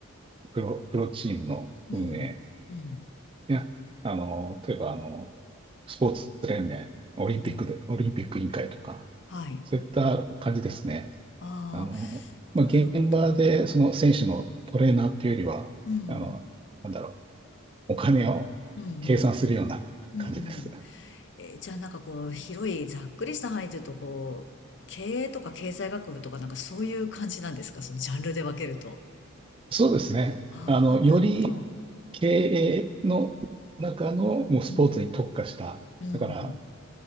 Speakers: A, on the right; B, on the left.
A: プロ、プロチームの運営
B: うん。うん。
A: や、あの、例えばあの、スポーツ連盟、オリンピックで、
B: うん
A: オリンピック委員会とか、
B: はい。
A: そういった感じですね。
B: ああ、
A: あの、まあ、
B: なるほど。
A: 現場でその選手のトレーナーっていうよりは、
B: うん。
A: あの、なんだろう、お金を計算するような感じです。
B: うん。うん。うん。えーじゃあなんかこう、広い、ざっくりした範囲というと、こう、経営とか経済学部とかなんかそういう感じなんですかそのジャンルで分けると。
A: そうですね。
B: ああ、
A: あの、より
B: なるほど。
A: 経営の中のもうスポーツに特化した。
B: うん。うん。
A: だから、
B: うん。